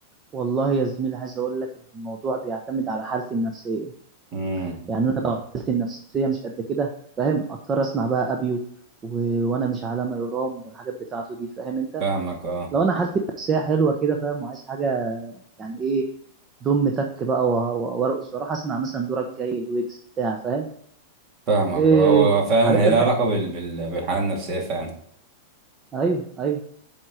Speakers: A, on the right; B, on the right.
A: والله يا زميلي عايز اقول لك ان الموضوع بيعتمد على حالتي النفسيه
B: امم
A: يعني انا لو حالتي النفسيه مش قد كده فاهم اضطر اسمع بقى ابيو و... وانا مش على ما يرام والحاجات بتاعته دي فاهم انت
B: فاهمك اه
A: لو انا حالتي النفسيه حلوه كده فاهم وعايز حاجه يعني ايه دم تك بقى وه- و- وارقص واروح اسمع مثلا دورك جاي الويجز بتاع فاهم
B: فاهمك
A: إيه
B: اه هو فعلا
A: حاجات
B: هي
A: الحلوه
B: لها علاقة بال... بال... بالحالة النفسية فعلا
A: ايوه ايوه